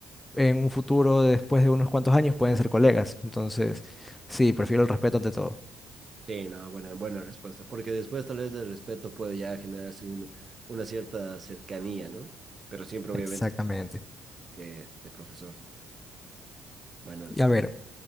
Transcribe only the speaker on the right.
Sí, no, buena, buena respuesta. Porque después tal vez del respeto puede ya generarse una, una cierta cercanía, ¿no? Pero siempre obviamente
de, de profesor. Buena respuesta.